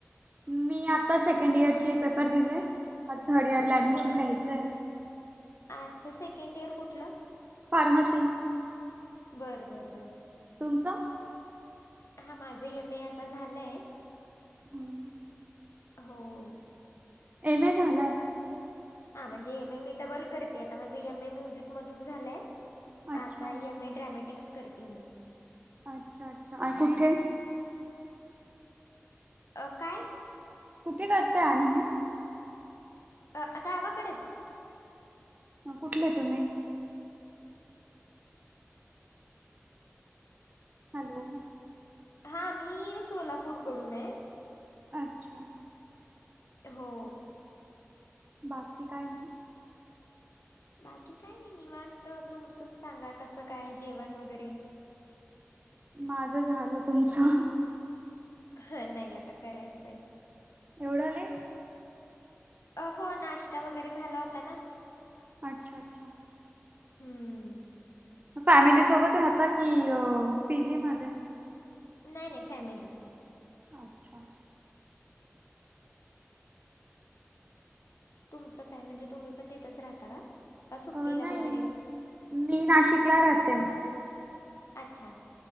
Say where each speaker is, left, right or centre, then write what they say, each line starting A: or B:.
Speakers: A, on the right; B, on the left.
A: मी आता सेकंड इयरचे पेपर दिलेय. आता थर्ड इयरला ऍडमिशन
B: बर
A: घ्यायचंय.
B: अच्छा. सेकंड इयर कुठलं?
A: फार्मसी.
B: बर, बर, बर.
A: तुमचं?
B: हा, माझं एम ए आता झालंय.
A: हम्म.
B: होओ.
A: एम ए झालाय?
B: हा म्हणजे, एम ए मी डबल करते आता. माझे एम ए म्युझिक मधून झालंय.
A: अच्छा
B: आता एम ए ड्रॅमॅटिक्स, करते मी.
A: अच्छा, अच्छा. अ कुठे?
B: अ काय.
A: कुठे करतय आणि हे.
B: अ गावाकडेच.
A: कुठले तुम्ही. हॅलो
B: हा मी सोलापूरकडून आहे.
A: अच्छा
B: हो
A: बाकी काय मग.
B: बाकी काय नाही निवांत तुमचंच सांगा कसं काय जेवण वगैरे.
A: माझ झालं तुमचं.
B: हा नाही आता करायचंय.
A: एवढं आलेय.
B: अ हो नाश्ता वगैरे झाला होता ना.
A: अच्छा अच्छा
B: हम्म
A: फॅमिली सोबत राहता की पीजी मध्ये.
B: नाही नाही फॅमिली.
A: अच्छा
B: तुमचं काय म्हणजे तुम्ही पण तथेच राहता का? का सुट्टीला
A: अ नाही
B: वगैरे
A: मी नाशिकला राहते.
B: अच्छा